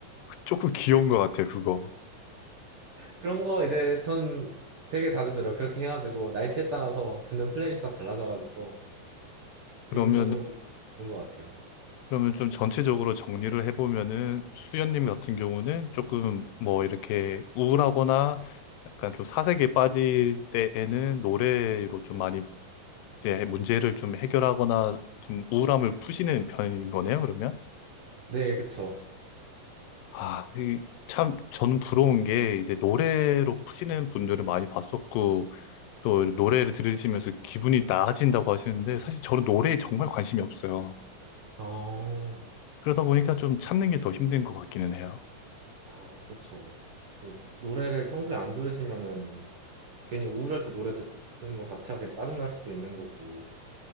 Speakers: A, on the left (about 90°); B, on the right (about 60°).
A: 그 조금 귀여운 것 같아요, 그거.
B: 그런 거 이제 전 되게 자주 들어요. 그렇게 해가지고 날씨에 따라서 듣는 플레이리스트가 달라져가지고 기분도
A: 그러면
B: 좀 좋은 것 같아요.
A: 그러면 좀 전체적으로 정리를 해보면은 수연님 같은 경우는 조금 뭐 이렇게 우울하거나 약간 좀 사색에 빠질 때에는 노래로 좀 많이 이제 문제를 좀 해결하거나 좀 우울함을 푸시는 편인 거네요, 그러면?
B: 네, 그쵸.
A: 아, 이, 참, 저는 부러운 게, 이제 노래로 푸시는 분들은 많이 봤었고, 또 노래를 들으시면서 기분이 나아진다고 하시는데, 사실 저는 노래에 정말 관심이 없어요.
B: 어,
A: 그러다 보니까 좀 찾는 게 더 힘든 것 같기는 해요.
B: 아, 그쵸. 그 노래를 평소에 안 들으시면은 괜히 우울할 때 노래 듣는 거 자체가 그냥 짜증날 수도 있는 거고.